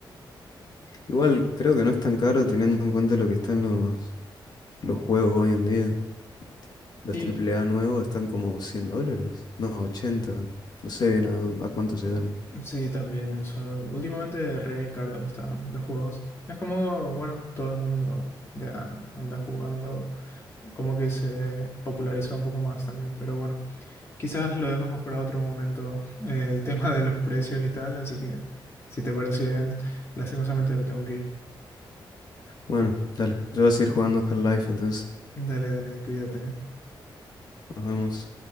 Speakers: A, on the left; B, on the left.
A: Igual creo que no es tan caro teniendo en cuenta lo que están los, los juegos hoy en día. Los
B: y
A: triple A nuevos están como 100 dólares. No, ochenta No sé bien a, a cuánto se ganan.
B: Sí, también eso. Últimamente re caro están los juegos. Es como, bueno, todo el mundo ya anda jugando, como que se popularizó un poco más también. Pero bueno, quizás lo dejamos para otro momento, eh, el tema de los precios y tal. Así que, si te parece bien, lastimosamente me tengo que ir.
A: Bueno, dale. Yo voy a seguir jugando Half-Life, entonces
B: Dale, dale, cuídate. ¿eh?
A: nos vemos.